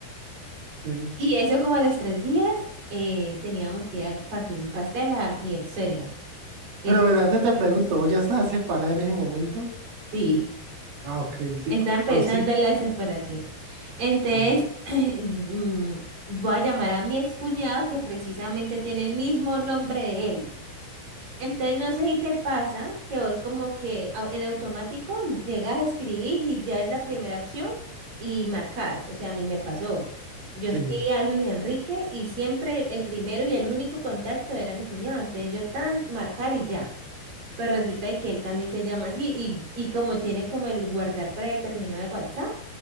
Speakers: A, on the right; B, on the right.
A: sí.
B: Y eso como a los tres días eh, teníamos que ir a partirle un pastel a mi ex suegra. Y,
A: Pero
B: en-
A: verdad te, te pregunto, ¿vos ya estás separada en ese momento?
B: sí.
A: Ah, ok, sí,
B: Está
A: co-
B: empezando
A: prosigue.
B: la separación. Entonces,
A: que-
B: <clears throat> mm, voy a llamar a mi excuñado que precisamente tiene el mismo nombre de él. Entonces, no sé si te pasa que vos como que au- en automático llegas a escribir y ya es la primera opción y marcas. O sea, a mí me pasó. Yo
A: Sí,
B: escribía a Luis Enrique y siempre el primero y el único contacto era mi cuñado. Entonces, yo tan marcar y ya. Pues resulta de que él también se llama así y, y como tiene como el guardar predeterminado de WhatsApp,